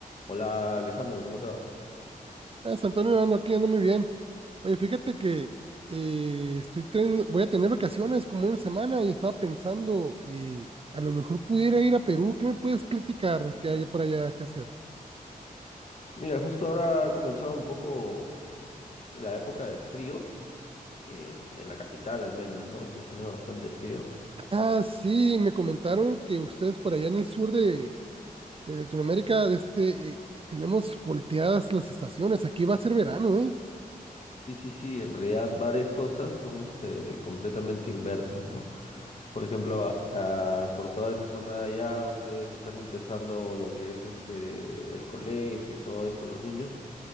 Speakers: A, on the left (about 50°); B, on the right (about 40°).
A: Hola Alejandro, ¿cómo te va?
B: Ah, San Antonio ando aquí, ando muy bien. Oye, fíjate que eh, estoy ten- voy a tener vacaciones como una semana y estaba pensando, eh, a lo mejor pudiera ir a Perú. ¿Qué me puedes platicar que haya por allá que hacer?
A: Mira, justo ahora ha comenzado un poco la época del frío, en, en la capital al menos, ¿no? Está haciendo bastante frío.
B: Ah, sí, me comentaron que ustedes por allá en el sur de, de Latinoamérica, de este, eh, tenemos volteadas las estaciones. Aquí va a ser verano, ¿eh?
A: Sí, sí, sí, en realidad varias cosas son este, completamente inversas, ¿no? Por ejemplo, a- a- por toda esa zona allá ustedes están empezando lo que es este, el colegio y todo esto, los niños,